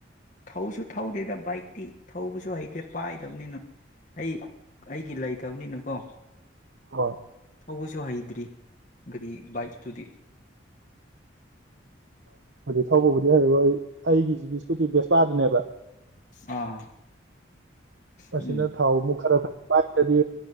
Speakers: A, on the left (about 40°); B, on the right (about 65°).
A: ꯊꯧꯁꯨ ꯊꯧꯗꯦꯗ ꯕꯥꯏꯛꯇꯤ ꯊꯧꯕꯁꯨ ꯍꯩꯇꯦ ꯄꯥꯏꯗꯕꯅꯤꯅ ꯑꯩ ꯑꯩꯒꯤ ꯂꯩꯇꯕꯅꯤꯅꯀꯣ
B: ꯍꯣꯏ
A: ꯊꯧꯕꯁꯩ ꯍꯩꯗ꯭ꯔꯤ ꯒꯥꯔꯤ ꯕꯥꯏꯛꯇꯨꯗꯤ
B: ꯑꯗꯤ ꯊꯧꯕꯕꯨꯗꯤ ꯍꯩꯕ ꯑꯩ ꯑꯩꯒꯤꯁꯤꯒꯤ ꯏꯁꯀꯨꯇꯤ ꯕꯦꯁꯄꯥꯗꯨꯅꯦꯕ
A: ꯑꯥ
B: ꯑꯁꯤꯅ
A: ꯎꯝ
B: ꯊꯥꯎ ꯑꯃꯨꯛ ꯈꯔ ꯕꯥꯏꯛ ꯇꯗꯤ